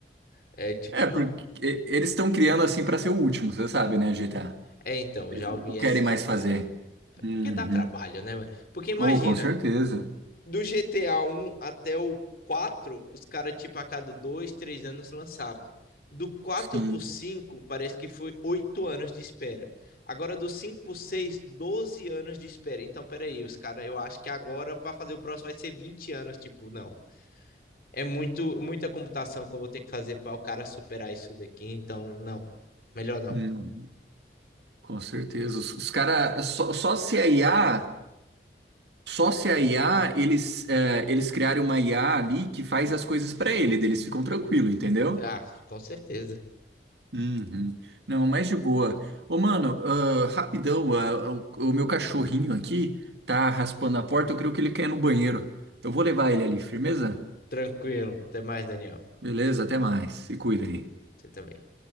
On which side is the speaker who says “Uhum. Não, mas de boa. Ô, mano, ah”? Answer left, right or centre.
Right